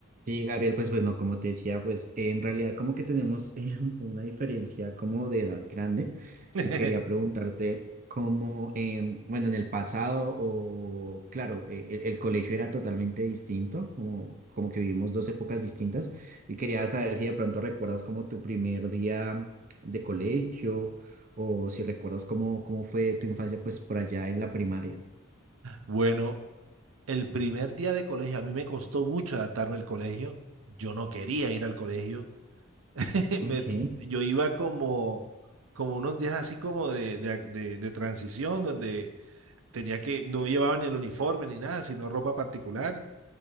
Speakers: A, on the right; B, on the right.
A: Sí, Gabriel, pues bueno, como te decía, pues en realidad como que tenemos <laughs> eh, una diferencia como de edad grande
B: <laughs>
A: y quería preguntarte cómo, em, bueno, en el pasado o claro, eh, el, el colegio era totalmente distinto, como, como que vivimos dos épocas distintas y quería saber si de pronto recuerdas como tu primer día de colegio o si recuerdas cómo, cómo fue tu infancia pues por allá en la primaria.
B: Bueno, el primer día de colegio, a mí me costó mucho adaptarme al colegio. Yo no quería ir al colegio. <laughs> Me-
A: Ok,
B: yo iba como, como unos días así como de, de, de- de transición, donde tenía que, no llevaba ni el uniforme ni nada, sino ropa particular.